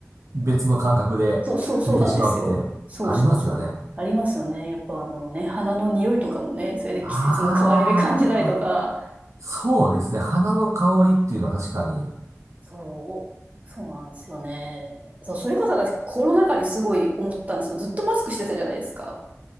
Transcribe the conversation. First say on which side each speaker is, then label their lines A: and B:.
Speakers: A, on the right; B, on the right.
A: 別の感覚で見てしまうってありますよね。
B: そうそうそうなんですよ。そうそうそう。ありますよね。やっぱあのね、花の匂いとかもね、それで季節の変わり目感じたりとか、
A: ああ、そうですね。花の香りっていうのは確かに、
B: そう、そうなんですよね。そう、それこそ私コロナ禍にすごい思ったんですよ。ずっとマスクしてたじゃないですか。